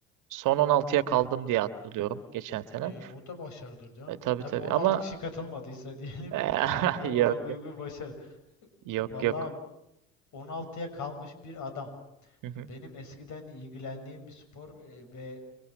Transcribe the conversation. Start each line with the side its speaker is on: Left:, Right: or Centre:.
Right: son on altıya kaldım diye hatırlıyorum geçen sene.
Left: E, o da başarıdır diyorum.
Right: E, tabii
Left: Tabii
Right: tabii
Left: 16
Right: ama
Left: kişi katılmadıysa <laughs> diyelim
Right: <laughs>
Left: o, o
Right: yok
Left: da büyük
Right: yok
Left: bir başarı.
Right: yok.
Left: Valla
Right: yok.
Left: 16'ya kalmış bir adam.
Right: Hı hı,
Left: Benim eskiden ilgilendiğim bir spor e, ve